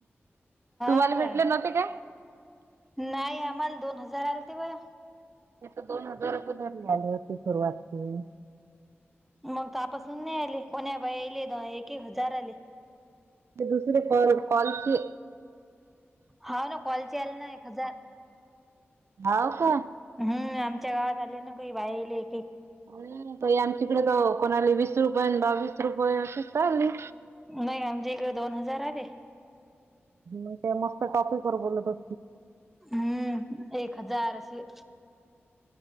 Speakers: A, on the right (about 80°); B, in the centre.
A: तुम्हाला
B: हो काय
A: भेटले नव्हते काय
B: नाही आम्हाला दोन हजार आलेते बा
A: ते तर दोन हजारपय धरले आले होते सुरुवातचे
B: मग तपासून नाही आले कोणा बाईले दो एक एक हजार आले
A: ते दुसरे कॉल कॉल के
B: हा ना कॉलचे याला ना एक हजार
A: हाव का
B: हम्म आमच्या गावात झाले ना काी बाहेले
A: आमच्याकडे तर कोणाली वीस रुपये बावीस रुपये अशीच चालली
B: नाही आमच्या इकडे दोन हजार आले
A: म ते मस्त टॉपिक वर बोलत हो
B: हम्म एक हजारशी